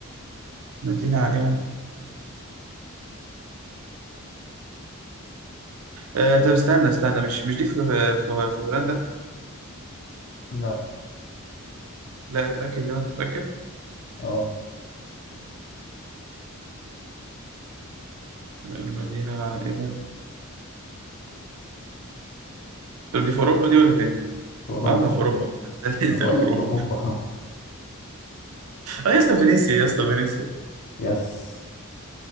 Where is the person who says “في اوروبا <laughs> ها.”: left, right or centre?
Left